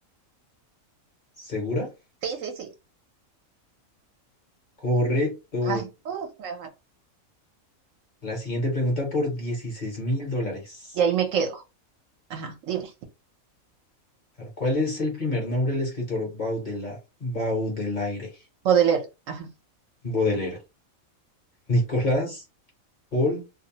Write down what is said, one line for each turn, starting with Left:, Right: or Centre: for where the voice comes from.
Left: ¿Segura?
Right: Sí, sí, sí.
Left: Correcto.
Right: Ay, uh, me
Left: La siguiente pregunta por dieciséis mil dólares.
Right: y ahí me quedo. Ajá, Dime,
Left: A ver, ¿Cuál es el primer nombre del escritor Baudela, Baudelaire?
Right: Baudelaire. ajá.
Left: Baudelaire. Nicolás, Paul,